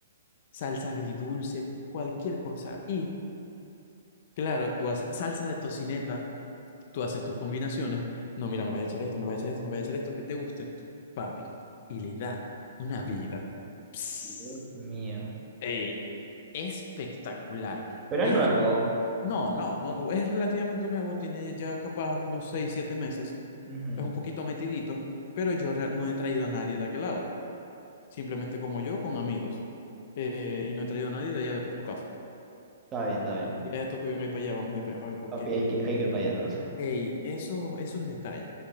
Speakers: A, on the left; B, on the right.
A: Salsa agridulce, cualquier cosa. Y claro, tú haces salsa de tocineta, tú haces tus combinaciones. No, mira, me voy a echar esto, me voy a echar esto, me voy a echar esto, que te guste. Papi, y le da una vida. Psst,
B: Dios mío.
A: ey, espectacular.
B: Pero
A: Es
B: es nuevo.
A: No, no, no, no, es relativamente nuevo, tiene ya capaz unos 6, 7 meses,
B: Ujú.
A: es un poquito metidito, pero yo rea- no he traído a nadie de aquel lado, simplemente como yo, con amigos, eh, y no he traído a nadie de allá de por tu casa.
B: Está bien, está bien.
A: Ya esto que venga ahí para allá, vamos a ir para allá, Fabi, porque,
B: Papi, hay que, hay que ir para allá entonces.
A: ey, esos, esos detalles